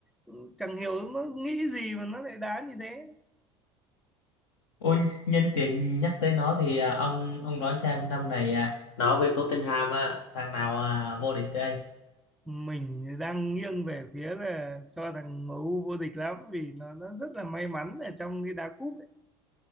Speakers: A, in the centre; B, on the left.
A: ừ, chẳng hiểu nó nghĩ gì mà nó lại đá như thế
B: Ôi, nhân tiện nhắc tới nó thì à, ông ông đoán xem năm này à, nó với Tottenham á, thằng nào à, vô địch đây?
A: mình đang nghiêng về phía là cho thằng MU vô địch lắm vì nó nó rất là may mắn ở trong cái đá cúp ấy